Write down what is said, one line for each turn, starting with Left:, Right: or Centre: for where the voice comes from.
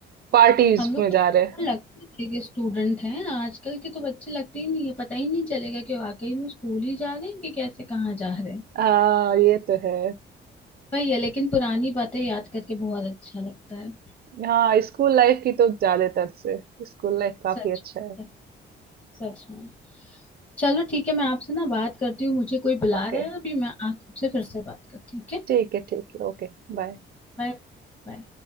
Right: पार्टीज
Left: हम लोग
Right: में
Left: तो
Right: जा
Left: proper
Right: रहे हैं
Left: लगते थे कि स्टूडेंट हैं आजकल के तो बच्चे लगते ही नहीं है पता ही नहीं चलेगा कि वाकई में स्कूल ही जा रहे हैं कि कैसे कहाँ जा रहे हैं
Right: हाँ ये तो है
Left: वही है लेकिन पुरानी बातें याद करके बहुत अच्छा लगता है
Right: हाँ स्कूल लाइफ की तो ज्यादातर से स्कूल लाइफ काफी
Left: सच
Right: अच्छा है
Left: में, सच सच में चलो ठीक है मैं आपसे ना बात करती हूँ मुझे कोई बुला
Right: ओके
Left: रहा है अभी मैं आपसे फिर से बात करती हूँ ओके
Right: ठीक है ठीक है ओके बाय
Left: बाय बाय।